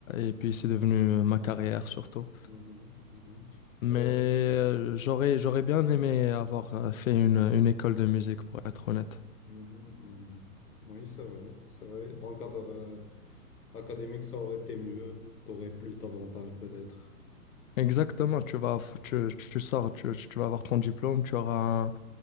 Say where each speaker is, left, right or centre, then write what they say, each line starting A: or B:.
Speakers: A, on the left; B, on the left.
A: et puis c'est devenu euh, ma carrière surtout.
B: Mhm, mhm.
A: Mais
B: Euh,
A: euh, j'aurais, j'aurais bien aimé avoir euh, fait une, une école de musique, pour être honnête.
B: mhm, mhm. Oui, c'est vrai, c'est vrai. Dans le cadre euh, académique, ça aurait été mieux, tu aurais plus d'avantages peut-être.
A: Exactement, tu vas, tu, tu sors, tu, tu vas avoir ton diplôme, tu auras un,